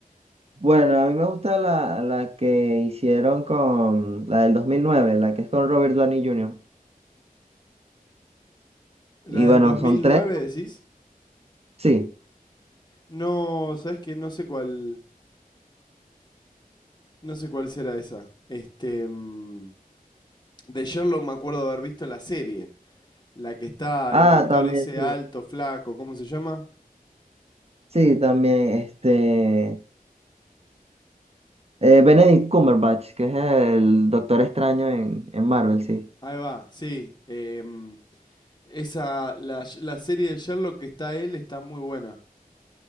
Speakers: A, on the right; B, on the left.
A: Bueno, a mí me gusta la, la que hicieron con la del 2009, la que es con Robert Downey Jr.
B: La
A: Y
B: del
A: bueno,
B: 2009,
A: son tres.
B: decís.
A: Sí.
B: No, sabes que no sé cuál, no sé cuál será esa. Este, mm, de Sherlock me acuerdo de haber visto la serie, la que está
A: Ah,
B: el actor
A: también,
B: ese
A: sí.
B: alto, flaco, ¿cómo se llama?
A: Sí, también, este... eh, Benedict Cumberbatch, que es el Doctor Extraño en, en Marvel, sí.
B: Ahí va, sí. em, esa, la, la serie de Sherlock que está él está muy buena.